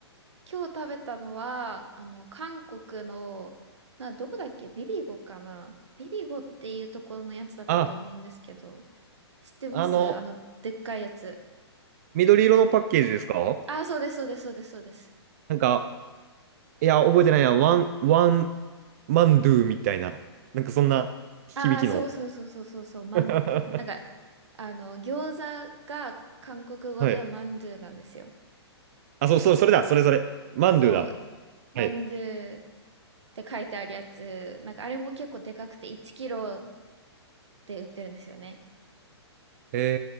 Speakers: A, on the right; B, on the right.
A: 今日食べたのは、あの、韓国の、な、どこだっけビビゴかなビビゴっていうところのやつだったと思うんですけど、
B: あ、
A: 知ってますあの、
B: あの、
A: でっかいやつ。
B: 緑色のパッケージですか
A: ああ、そうです、そうです、そうです、そうです。
B: なんか、いや、覚えてないや、ワン、ワン、マンドゥみたいな、なんかそんな響きの。
A: ああ、そうそうそうそうそうそう、まん、
B: <laughs>
A: なんか、あの、餃子が韓国語でまんじゅうなんですよ。
B: はい。あ、そう、そう、それだ、それ、それ。マンドゥだ。
A: そう、まんじゅうって書いてあるやつ、
B: はい。
A: なんかあれも結構でかくて1キロで売ってるんですよね。
B: へ